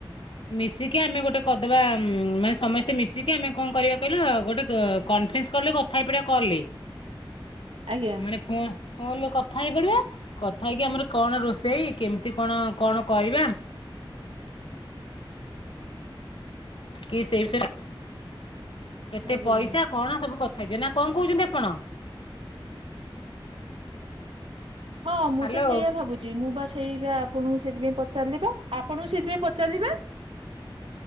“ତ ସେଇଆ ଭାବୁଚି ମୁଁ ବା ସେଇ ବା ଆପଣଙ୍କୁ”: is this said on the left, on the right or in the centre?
Right